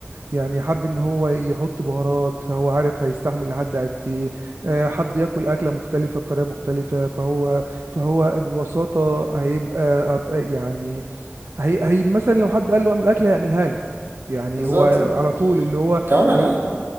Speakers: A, on the right (about 80°); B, on the right (about 60°).
A: يعني حب ان هو يحط بهارات فهو عارف هيستحمل لحد قد ايه آه حب ياكل اكله مختلفه بطريقه مختلفه فهو فهو ببساطه هيبقى أط- يعني هي هي مثلا لو حد قال له اعمل اكل هيعملها له يعني
B: بالظبط
A: هو على طول اللي هو
B: كمان انا
A: هي